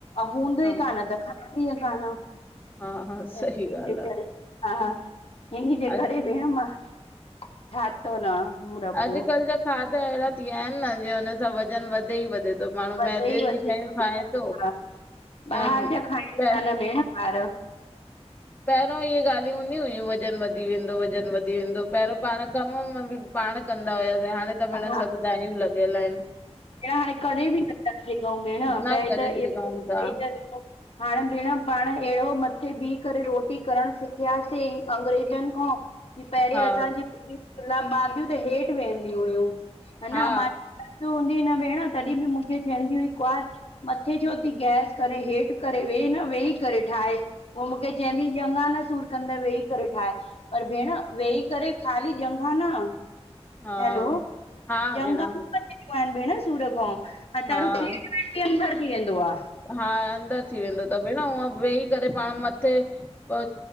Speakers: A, on the left; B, on the left.
A: हूंदुई
B: हा
A: कान त खाना
B: हा हा
A: करे
B: सही ॻाल्हि आहे
A: <unintelligible> हा इनही जे
B: अॼु
A: करे वेहम <unintelligible> मां ठातो न मुरब्बो
B: अॼुकल्ह जा खाधा अहिड़ा थी विया आहिन न जीअं हुननि सां वज़न वधे ई वधे त माण्हू
A: वधे
B: मैदे
A: ई वधे
B: जी शयूं
A: थो
B: खाए
A: भेण
B: थो
A: हा
B: या
A: ॿाहिरि जा खाइन
B: प
A: ता न भेण ॿार
B: पहिरों इहे ॻाल्हियूं हूंदी हुयूं वज़न वधी वेंदो वज़न वधी वेंदो पहिरों पाण कम में बि पाण कंदा हुयासीं हाणे त भेण
A: हा
B: सभु दायूं लॻियल आहिन
A: हाणे कॾहिं <unintelligible> बि नथा सिघऊं भेण
B: न
A: पहरि
B: करे सघूं
A: तो
B: था
A: एतिरो हाणे भेण पाण अहिड़ो मथे बीह करे रोटी करणु सिखियासीं अंग्रेजनि खां की पहिररीं
B: हा
A: असांजी लामारियूं <unintelligible> त हेठि वेहंदी हुयूं ह
B: हा
A: न जद हूंदी हुई न भेण तॾहिं बि मूंखे चवंदी हुई कुआर मथे छो थी गैस करे हेठि करे वेह न वेही करे ठाहे पोइ मूंखे चवंदी ज ॾ्यंघा न सूर कंदे वेही करे ठाहे पर भेण वेही करे खाली ॾ्यंघा न
B: हा
A: हलो
B: हा
A: ॾ्यंघ
B: भेण
A: भेण सूर खां अथारु
B: हा
A: पेट वेट भी अंदर थी वेंदो आहे
B: हा अंदरि थी वेंदो त भेण हूअ वेही करे पाण मथे प